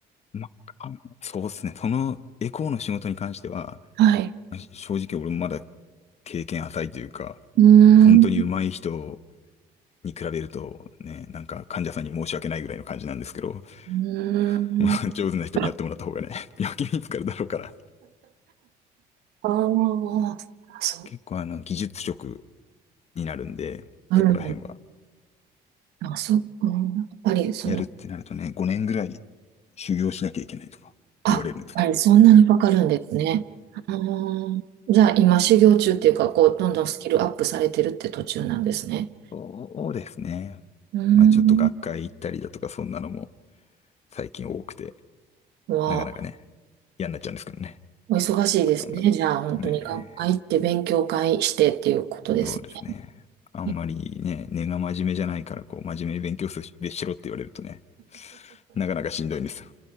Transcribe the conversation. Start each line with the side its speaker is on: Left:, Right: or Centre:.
Left: まあ、そうですね。そのエコーの仕事に関しては、
Right: はい。
Left: まあ正直俺もまだ経験浅いというか、
Right: うー
Left: 本当に上手い人
Right: ん。う
Left: に比べるとね、なんか患者さんに申し訳ないぐらいの感じなんですけど、
Right: ーん。
Left: <laughs> まあ、上手な人にやってもらった方がね、
Right: あ
Left: <laughs> 病気見つかるだろうから。
Right: あそっか、そ
Left: 結構あの、技術職になるんで、
Right: う。
Left: そこら辺は。
Right: うん。あ、そう、うん、やっぱり、その、
Left: やるってなるとね、5年ぐらい修行しなきゃいけないとか言われるんですけど。
Right: あ、やっぱりそんなにかかるんですね。うんじゃあ、今、修行中っていうか、こう、どんどんスキルアップされてるって途中なんですね。
Left: そうですね。
Right: うーん。
Left: まあちょっと学会行ったりだとかそんなのも最近多くて、
Right: わ
Left: なかなかね、嫌になっちゃうんですけどね。
Right: お忙しいですね。
Left: あんまり
Right: じゃあ、本当に学会行って勉強会してっていうことです
Left: ね。そうですね。あんまりね、
Right: ね。
Left: 根が真面目じゃないから、こう、真面目に勉強すべしろって言われるとね、なかなかしんどいんですよ。